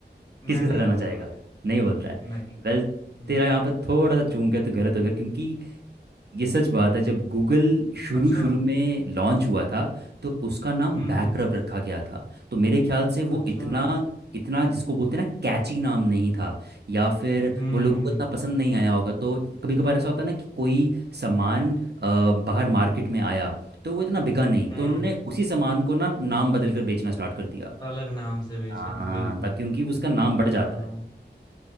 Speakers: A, on the left; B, on the right.
A: मैं
B: साथ
A: नहीं
B: जाना
A: बोलता
B: चाहेगा
A: हूँ यार
B: नहीं बोलता है
A: नहीं
B: वेल तेरा
A: नहीं
B: यहाँ पे थोड़ा सा चूक गया तो गलत हो गया क्योंकि ये सच बात है जब गूगल शुरू
A: अच्छा
B: शुरू में लॉन्च हुआ था तो उसका नाम
A: हम्म
B: बैकरप
A: हम्म
B: रखा गया था तो मेरे ख्याल से वो
A: अच्छा
B: इतना इतना जिसको बोलते हैं ना कैची नाम नहीं था या फिर
A: हम्म
B: वो लोगों को इतना पसंद नहीं आया होगा तो कभी कभार ऐसा होता है ना कि कोई सामान अ, बाहर मार्केट में आया तो वो इतना बिका नहीं
A: हम्म
B: तो उन्होंने उसी सामान को ना नाम बदल कर बेचना स्टार्ट कर दिया
A: अलग नाम से बेचा
B: हाँ
A: बिल्कुल
B: ता क्योंकि उसका नाम बढ़
A: हाँ
B: जाता है